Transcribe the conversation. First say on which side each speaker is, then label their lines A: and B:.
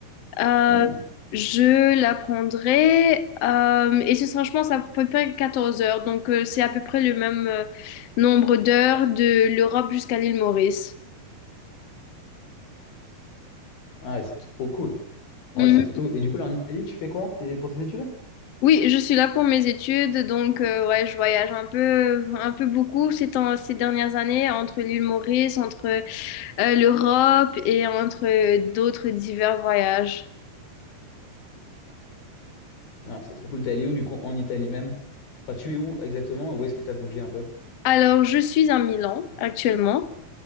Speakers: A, on the left; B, on the left.
A: euh,
B: ah,
A: je la prendrai euh, et ce sera, je pense, à peu près 14 heures. Donc euh, c'est à peu près le même euh, nombre d'heures de l'Europe jusqu'à l'île Maurice.
B: ah ouais, c'est trop cool.
A: Mhm.
B: Ouais, c'est trop, trop cool. Et du coup, là, en Italie, tu fais quoi T'es- pour tes études?
A: Oui, je suis là pour mes études, donc euh, ouais, je voyage un peu, un peu beaucoup ces temps, ces dernières années entre l'île Maurice, entre euh, l'Europe et entre d'autres divers voyages.
B: Ah, c'est trop cool. T'es allé où, du coup, en Italie même? Enfin, tu es où exactement? Où est-ce que t'as bougé un peu?
A: Alors, je suis à Milan actuellement